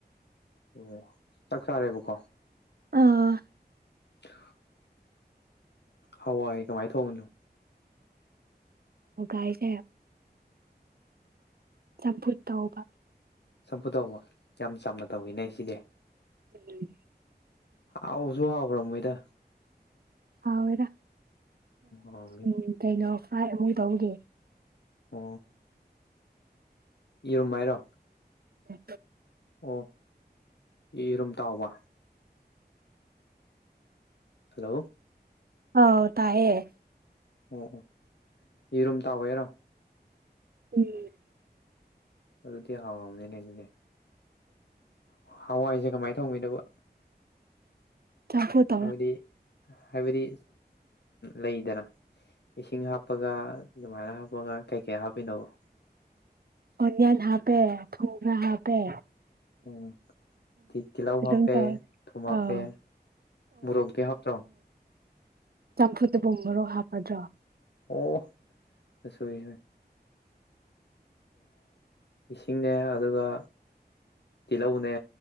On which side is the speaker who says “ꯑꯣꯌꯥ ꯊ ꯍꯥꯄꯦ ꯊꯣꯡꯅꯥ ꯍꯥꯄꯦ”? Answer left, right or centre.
Right